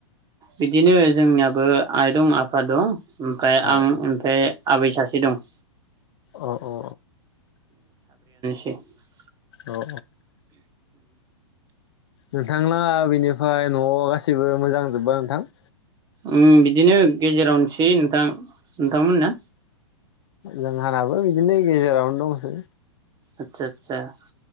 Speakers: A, on the right; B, on the left.
A: बिदिनो जोंनियाबो आइ दं आफा दं ओमफ्राय
B: अ
A: आं ओमफ्राय आबै सासे दं ।
B: अ औ औ।
A: <unintelligible>
B: औ औ नोंथांलाङा इनफाय न'आव गाैबो मोजां जोब्बा नोंथां?
A: उम बिदिनो गेजेरावनसै नोंथां। नोंथांमोना?
B: जोंहानाबो बिदिनो गेजेरावनो दंसै।
A: आतसा <unintelligible>